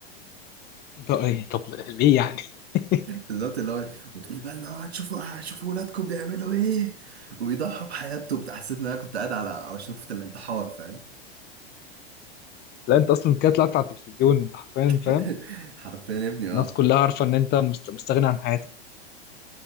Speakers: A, on the left (about 30°); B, on the right (about 80°).
A: انت ايه طب ليه يعني <laughs>
B: بالظبط اللي هو وتقولي بقى اللي هو هتشوفوا هتشوفوا ولادكم بيعملوا ايه وبيضحوا بحياتهم بتاع حسيت ان انا كنت قاعد على على شرفة الانتحار فاهم
A: لا انت اصلا كده طلعت على التلفزيون انت حرفيا
B: <laughs>
A: فاهم
B: حرفيا يا ابني اه
A: الناس كلها عارفه ان انت مست- مستغني عن حياتك